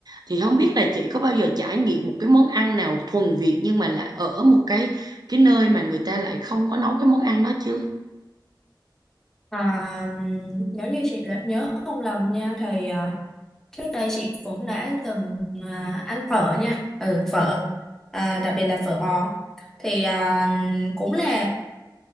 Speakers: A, on the right; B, in the centre.
A: thì không biết là chị có bao giờ trải nghiệm một cái món ăn nào thuần Việt nhưng mà lại ở một cái cái nơi mà người ta lại không có nấu cái món ăn đó chưa
B: à, nếu như chị lỡ- nhớ không lầm nha thì à, trước đây chị cũng đã từng à, ăn phở nha ừ phở à, đặc biệt là phở bò thì à, cũng là